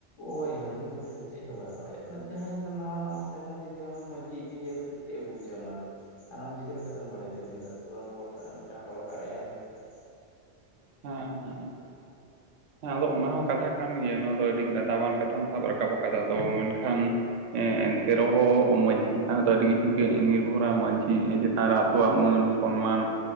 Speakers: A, on the left (about 80°); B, on the right (about 80°).
A: ᱳᱭᱭᱟ ᱱᱩᱭ ᱢᱟᱺᱡᱷᱤ ᱫᱚ ᱪᱮᱫ ᱦᱚᱸ ᱵᱟᱭ ᱵᱟᱲᱟᱭᱟ ᱡᱟᱦᱟᱸᱭ ᱫᱚ ᱱᱟᱣᱟ ᱱᱟᱣᱟ ᱥᱮᱨᱢᱟ ᱡᱩᱫᱤ ᱢᱟᱺᱡᱷᱤ ᱤᱫᱤᱭᱟ ᱱᱩᱭ ᱾ ᱪᱮᱫ ᱮ ᱵᱩᱡᱟᱢᱟᱞᱮ ᱟᱨ ᱟᱢ ᱪᱤᱠᱟᱹ ᱞᱮᱠᱟᱛᱮᱢ ᱵᱟᱲᱟᱭᱟᱟ ᱡᱮ ᱜᱟᱹᱠᱷᱩᱲᱟᱱ ᱦᱚᱲ ᱠᱟᱱᱟ ᱢᱤᱫᱴᱟᱝ ᱨᱚᱲ ᱫᱟᱲᱮᱭᱟᱜ ᱟᱭ ᱢᱮᱱᱛᱮᱛ ᱾
B: ᱦᱮᱸ ᱦᱮᱸ ᱾ ᱦᱮᱸ ᱟᱫᱚ ᱚᱱᱟ ᱦᱚᱸ ᱠᱟᱛᱷᱟ ᱠᱟᱱ ᱜᱮᱭᱟ ᱱᱚᱣᱟ ᱫᱚ ᱟᱹᱰᱤ ᱫᱟᱫᱟᱣᱟᱱ ᱠᱟᱛᱷᱟᱢ ᱥᱟᱵ ᱨᱟᱠᱟᱵ ᱟᱠᱟᱫᱟ ᱟᱫᱚ ᱢᱮᱱᱠᱷᱟᱱ ᱾ ᱮᱱᱛᱮ ᱨᱮᱦᱚᱸ ᱢᱟᱺᱡᱷᱤ ᱪᱮᱛᱟᱱ ᱨᱮᱫᱚ ᱟᱹᱰᱤ ᱠᱤᱪᱷᱩ ᱜᱮ ᱱᱤᱨᱵᱷᱚᱨᱟᱭ ᱢᱟᱺᱡᱷᱤ ᱪᱮᱛᱟᱱ ᱨᱮ ᱟᱛᱳᱣᱟᱜ ᱢᱟᱹᱱ ᱾ ᱥᱚᱱᱢᱟᱱ